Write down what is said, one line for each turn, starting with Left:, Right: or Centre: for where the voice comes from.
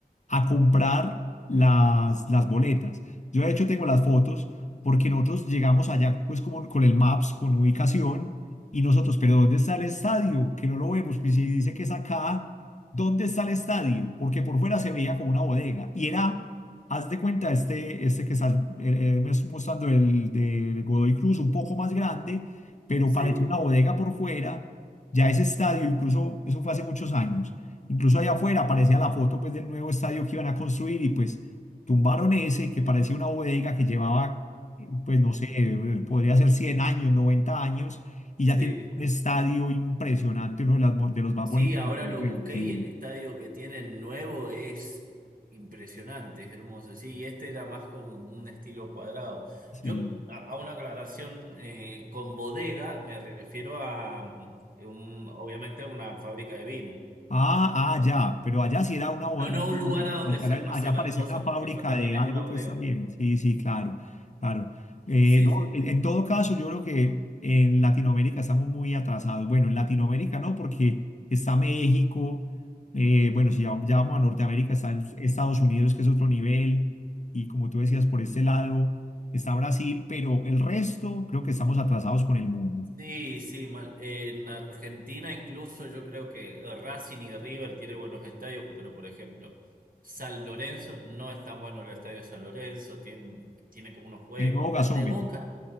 Left: a comprar las, las boletas. Yo de hecho tengo las fotos porque nosotros llegamos allá pues como con el Maps, con ubicación, y nosotros, pero ¿dónde está el estadio? Que no lo vemos, pues si dice que es acá. ¿Dónde está el estadio? Porque por fuera se veía como una bodega. Y era, haz de cuenta, este, este que estás, eh, eh, me estás mostrando, el de Godoy Cruz, un poco más grande, pero
Right: Sí,
Left: parecía una bodega por fuera. Ya ese estadio, incluso, eso fue hace muchos años. Incluso allá afuera aparecía la foto pues, del nuevo estadio que iban a construir y pues tumbaron ese que parecía una bodega que llevaba, eh, pues no sé, eh, podría ser 100 años, 90 años y
Right: sí.
Left: ya tiene un estadio impresionante, uno de, las mo- de los más
Right: Sí,
Left: bonitos.
Right: ahora lo busqué
Left: Sí.
Right: y el estadio que tienen nuevo es eh, impresionante, es hermoso. Sí, y este era más con un estilo cuadrado.
Left: Sí.
Right: Yo, a, a una aclaración eh, con bodega, me refiero a, mm, un- obviamente, a una fábrica de vino.
Left: Ah, ah, ya, pero allá sí era una, bo-
Right: No, no
Left: u-
Right: un lugar
Left: u-
Right: a donde se
Left: allá
Right: almacenan
Left: allá parecía
Right: cosas,
Left: una fábrica
Right: porque eso también
Left: de
Right: es
Left: algo,
Right: una bodega.
Left: pues también. Sí, sí, claro, claro. Eh,
Right: Sí,
Left: no,
Right: sí.
Left: en, en todo caso, yo creo que en Latinoamérica estamos muy atrasados. Bueno, en Latinoamérica no, porque está México, eh, bueno, si ya, ya vamos a Norteamérica, está el- Estados Unidos, que es otro nivel, y como tú decías, por este lado está Brasil, pero el resto creo que estamos atrasados con el mundo.
Right: Sí, sí, mal. En Argentina incluso yo creo que eh, Racing y River tienen buenos estadios, pero por ejemplo, San Lorenzo no es tan bueno el estadio de San Lorenzo, tiene, tiene como unos huecos.
Left: El nuevo gasómetro.
Right: El de Boca